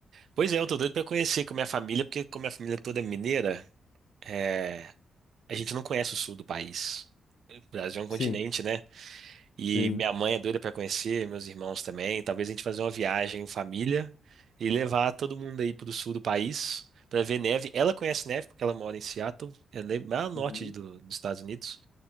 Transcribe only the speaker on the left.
Sim,
sim,
Uhum.